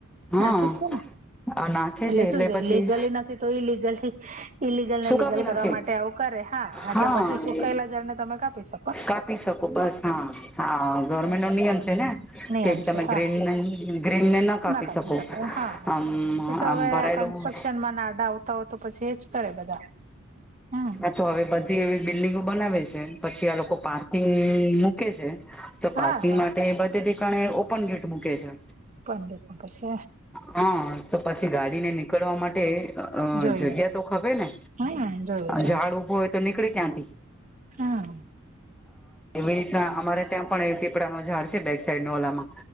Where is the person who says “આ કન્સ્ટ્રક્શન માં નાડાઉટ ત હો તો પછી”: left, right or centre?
Right